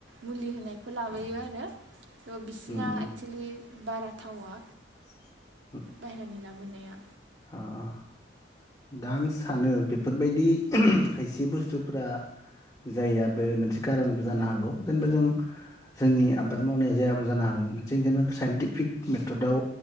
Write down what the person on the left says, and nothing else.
उम उम
<inaudible>
अ अ दा आं सानो बेफोर बायदि खायसे बुस्थुफोरा जायाबो मोनसे कारनबो जानो हागौ जेनेबा जों जोंनि आबाद मावनाया जायाबो जानो हागौ मोनसे जेन साइन्टिफिक मेथदाव